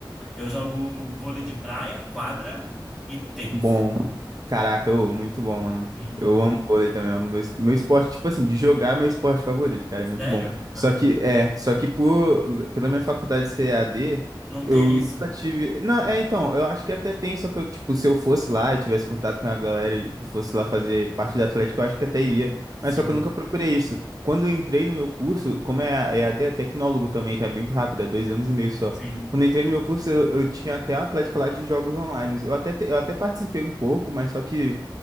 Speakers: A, in the centre; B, on the right.
A: Eu jogo vôlei de praia, quadra e tênis.
B: Bom, caraca, ô, muito bom, mano.
A: Uhum.
B: Eu amo vôlei também, é um do meu, es- meu esporte, tipo
A: Sim.
B: assim, de jogar é meu esporte favorito, cara,
A: Sério?
B: é muito bom.
A: Ah,
B: Só
A: então.
B: que, é, só que por, pela minha faculdade ser E A D
A: Não
B: eu
A: tem isso.
B: nunca tive... Não, é, então, eu acho que até tem, só que eu, tipo, se eu fosse lá e tivesse contato com a galera e fosse lá fazer parte da Atlético, eu acho que até iria.
A: Sim,
B: Mas só que eu nunca procurei isso. Quando eu entrei no meu curso, como é a- E A D é tecnólogo também, tá bem muito rápido, é dois anos e meio só.
A: sim,
B: Quando eu entrei no meu curso, eu, eu tinha até a Atlética lá de jogos online. Eu até, te- eu até participei um pouco, mas só que,